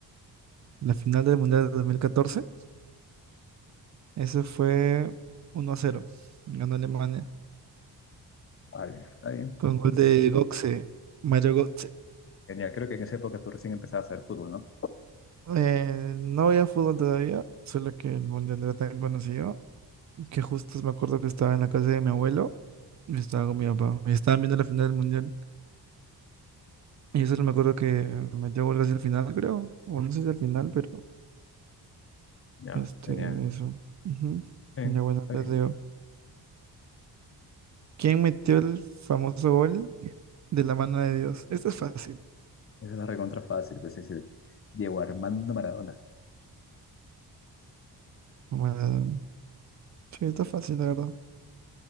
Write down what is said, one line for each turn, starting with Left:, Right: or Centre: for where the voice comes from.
Right: La final del Mundial de 2014, ese fue uno a cero, Ganó Alemania
Left: Vale, está bien.
Right: con gol
Left: ¿Ves?
Right: de Götze, Mario Götze.
Left: Genial, creo que en esa época tú recién empezabas a hacer fútbol, ¿no?
Right: Eh, no veía fútbol todavía, solo que el Mundial era tan conocido que justo me acuerdo que estaba en la casa de mi abuelo y estaba con mi papá. Y estaban viendo la final del Mundial. Y yo solo me acuerdo que metió gol casi el final, creo. O no sé si al final, pero
Left: Ya,
Right: este,
Left: genial.
Right: eso. Ujú.
Left: sí
Right: Ya bueno,
Left: está
Right: te
Left: bien.
Right: digo. ¿Quién metió el famoso gol de la mano de Dios? Esto es fácil.
Left: Esa es la recontra fácil, pues es el Diego Armando Maradona.
Right: Maradona. Sí, está fácil, la verdad.